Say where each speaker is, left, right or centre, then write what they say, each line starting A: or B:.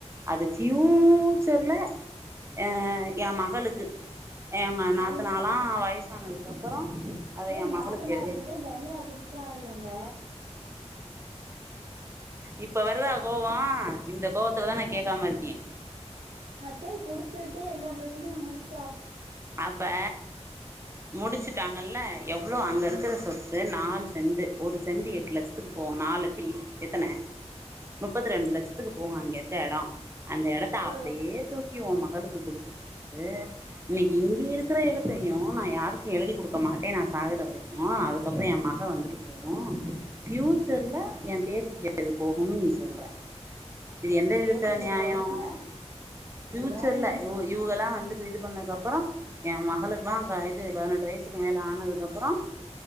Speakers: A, on the right; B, on the right.
A: அது பியூச்சர்ல அ ஏ மகளுக்கு ஏங்க நாத்தனாலா
B: அவ
A: வயசானதுக்கு அப்பறோ அத
B: ஏ உங்
A: எ
B: நாத்தனாருக்குதே
A: மகளுக்கு எழுதி
B: தனியா குடுத்துட்டாக இல்லங்க
A: இப்ப வருதா கோவோ இந்த கோவத் துல தா நா கேக்காம இருக்கே
B: அத்தே குடுத்தூட்டு எல்லா பிரச்சனையு முடிச்சு
A: அப்ப முடிச்சுட்டாங்கல்ல எவ்ளோ அங்க
B: ம்
A: இருக்கற சொத்து நாலு சென்டு ஒரு சென்டு எட்டு லட்சத்துக்கு போவு நாலெட்டு இ எத்தன முப்பத்திரெண்டு லட்சத்துக்கு போகு அங்க இருக்க எடோ அந்த எடத்த
B: ஆ
A: அப்படியே தூக்கி ஒ மகளுக்கு குடுத்துப்புட்டு இன்னிக்கி இங்க இருக்கற எடத்தையு நா யாருக்கு எழுதி குடுக்க மாட்டே நா சாகற வரைக்கு அதுக்கப்பறோ ஏ மக வந்துட்டு போ வூ ஃபியூச்சர்ல ஏ பேத்திக்கு இது போகும் நீ சொல்ற இது எந்த விதத்துல
B: பேத்திக்கு
A: நியாயோ
B: போகுனா
A: ஃபியூச்சர்ல
B: எதானே
A: இவ் இவுகலா வந்து இது இது பண்ண அப்பறோ ஏ மகளுக்குலா க இது பதினெட்டு வயசுக்கு மேல ஆனதுக்கப்பறோ